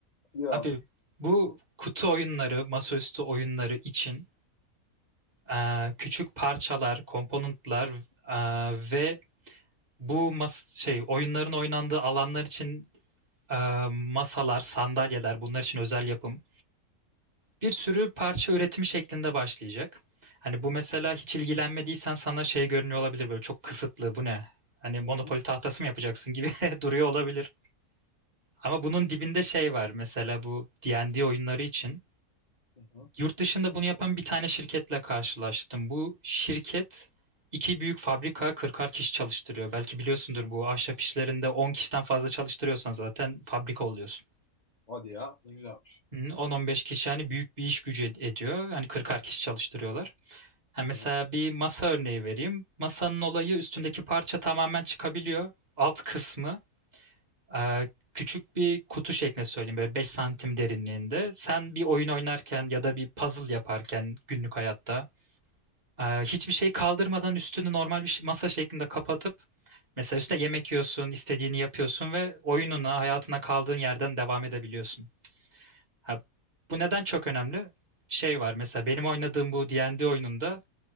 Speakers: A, on the left; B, on the right.
A: Ya
B: Abi
A: abi.
B: bu kutu oyunları, masaüstü oyunları için eee, küçük parçalar, komponentler eee, ve bu mas şey oyunların oynandığı alanlar için e, masalar, sandalyeler bunlar için özel yapım. Bir sürü parça üretimi şeklinde başlayacak. Hani bu mesela hiç ilgilenmediysen sana şey görünüyor olabilir böyle çok kısıtlı bu ne? Hani Monopoly
A: Hı hı.
B: tahtası mı yapacaksın gibi <laughs> duruyor olabilir. Ama bunun dibinde şey var mesela bu D&D oyunları için.
A: Hı hı.
B: Yurt dışında bunu yapan bir tane şirketle karşılaştım. Bu şirket iki büyük fabrika 40'ar kişi çalıştırıyor. Belki biliyorsundur bu ahşap işlerinde 10 kişiden fazla çalıştırıyorsan zaten fabrika oluyorsun.
A: Hadi ya. Ne güzelmiş.
B: Hı, 10-15 kişi hani büyük bir iş gücü ed- ediyor. Hani 40'ar kişi çalıştırıyorlar. Ha mesela
A: Hı hı.
B: bir masa örneği vereyim. Masanın olayı üstündeki parça tamamen çıkabiliyor. Alt kısmı e, küçük bir kutu şeklinde söyleyeyim böyle 5 santim derinliğinde. Sen bir oyun oynarken ya da bir puzzle yaparken günlük hayatta e, hiçbir şey kaldırmadan üstünü normal bir şey- masa şeklinde kapatıp mesela üstüne yemek yiyorsun, istediğini yapıyorsun ve oyununa, hayatına kaldığın yerden devam edebiliyorsun. Ha, bu neden çok önemli? Şey var mesela benim oynadığım bu D&D oyununda